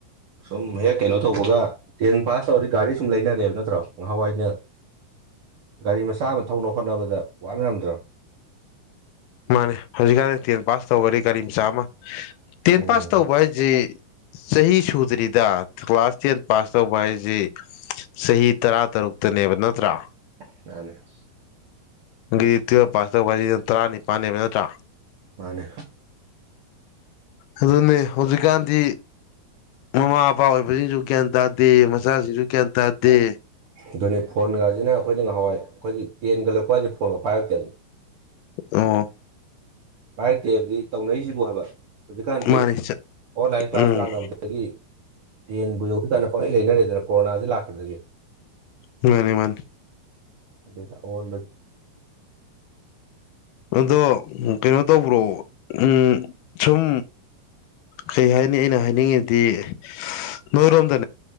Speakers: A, on the right; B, on the left.
A: ꯁꯨꯝ ꯍꯦꯛ ꯀꯩꯅꯣ ꯇꯧꯕꯒ ꯇꯦꯟ ꯄꯥꯁ ꯇꯧꯔꯗꯤ ꯒꯥꯔꯤ ꯁꯨꯝ ꯂꯩꯅꯔꯦꯕ ꯅꯠꯇ꯭ꯔꯣ ꯉꯍꯥꯟꯋꯥꯏꯅ ꯒꯥꯔꯤ ꯃꯆꯥ ꯑꯃ ꯊꯧꯅꯕ ꯍꯣꯠꯅꯕꯗ ꯋꯥꯅꯔꯝꯗ꯭ꯔꯣ
B: ꯃꯥꯅꯦ ꯍꯧꯖꯤꯛꯀꯥꯟꯗꯤ ꯇꯦꯟ ꯄꯥꯁ ꯇꯧꯕꯗꯤ ꯒꯥꯔꯤ ꯃꯆꯥ ꯑꯃ ꯇꯦꯟ
A: ꯎꯝ
B: ꯄꯥꯁ ꯇꯧꯕ ꯍꯥꯏꯖꯤ ꯆꯍꯤ ꯁꯨꯗ꯭ꯔꯤꯗ ꯀ꯭ꯂꯥꯁ ꯇꯦꯟ ꯄꯥꯁ ꯇꯧꯕ ꯍꯥꯏꯖꯤ ꯆꯍꯤ ꯇꯔꯥ ꯇꯔꯨꯛꯇꯅꯦꯕ ꯅꯠꯇ꯭ꯔꯥ
A: <unintelligible>
B: <unintelligible> ꯇꯨꯌꯦꯜꯞ ꯄꯥꯁ ꯇꯧꯕ ꯍꯥꯏꯖꯤꯅ ꯇꯔꯥꯅꯤꯄꯥꯟꯅꯦꯕ ꯅꯠꯇ꯭ꯔꯥ
A: ꯃꯥꯅꯦ
B: ꯑꯗꯨꯅꯦ ꯍꯧꯖꯤꯛꯀꯥꯟꯗꯤ ꯃꯃꯥ ꯃꯄꯥ ꯑꯣꯏꯕꯖꯤꯡꯖꯨ ꯒ꯭ꯌꯥꯟ ꯇꯥꯗꯦ ꯃꯆꯥꯖꯤꯡꯁꯨ ꯒ꯭ꯌꯥꯟ ꯇꯥꯗꯦ
A: ꯑꯗꯨꯅꯤ ꯐꯣꯟꯒꯖꯤꯅ ꯑꯩꯈꯣꯏꯅ ꯉꯍꯥꯟꯋꯥꯏ ꯑꯩꯈꯣꯏꯒꯤ ꯇꯦꯟꯒ ꯂꯣꯏꯔꯛꯄ ꯍꯥꯏꯖꯤ ꯐꯣꯟꯒ ꯄꯥꯏꯔꯛꯇꯦ
B: ꯑꯣ
A: ꯄꯥꯏꯔꯛꯇꯦꯞꯗꯤ ꯇꯧꯅꯔꯤꯁꯤꯕꯨ ꯍꯥꯏꯕ ꯍꯧꯖꯤꯛꯀꯥꯟꯗꯤ
B: ꯃꯥꯅꯤ
A: ꯑꯣꯟꯂꯥꯏꯟ ꯀ꯭ꯂꯥꯁ
B: ꯎꯝ
A: ꯂꯥꯛꯅꯕꯗ ꯗꯒꯤ ꯇꯦꯟꯕꯨ ꯌꯧꯗ꯭ꯔꯤꯀꯥꯟꯗ ꯄꯪꯂꯩ ꯂꯩꯅꯔꯦꯗꯅ ꯀꯣꯔꯣꯅꯥꯖꯤ ꯂꯥꯛꯈꯤꯕꯗꯒꯤ
B: ꯃꯥꯅꯦ ꯃꯥꯅꯦ
A: ꯑꯗꯨꯅ ꯑꯋꯣꯟꯕ
B: ꯑꯗꯣ ꯀꯩꯅꯣ ꯇꯧꯕ꯭ꯔꯣ ꯎꯝ ꯁꯨꯝ ꯀꯩ ꯍꯥꯏꯅꯤ ꯑꯩꯅ ꯍꯥꯏꯅꯤꯡꯉꯤꯗꯤ ꯅꯣꯏꯔꯣꯝꯗ